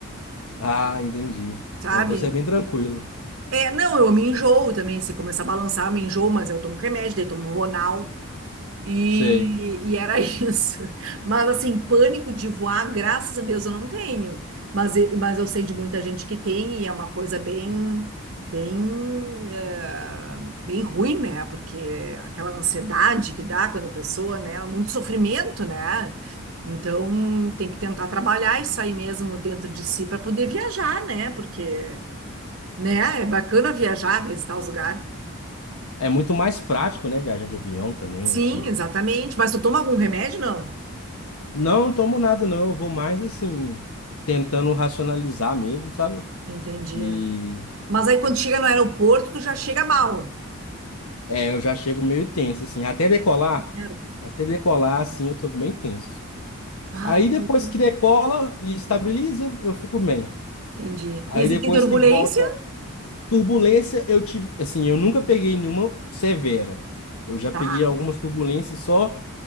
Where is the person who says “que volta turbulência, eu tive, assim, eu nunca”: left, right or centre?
Left